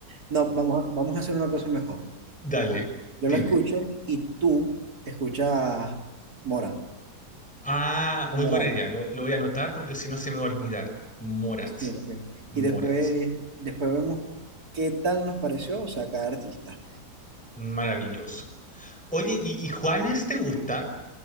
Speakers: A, on the right; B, in the centre.
A: No, vamos a, vamos a hacer una cosa mejor.
B: Dale,
A: Yo
B: dime.
A: la escucho y tú escuchas Morat.
B: Ah,
A: O
B: muy
A: Morat.
B: buena idea, lo, lo voy a anotar porque si no se me va a olvidar. Morat,
A: Sí, no, sí.
B: Morat.
A: Y después, después vemos qué tal nos pareció, o sea, cada artista.
B: Maravilloso. Oye, ¿y, y Juanes te gusta?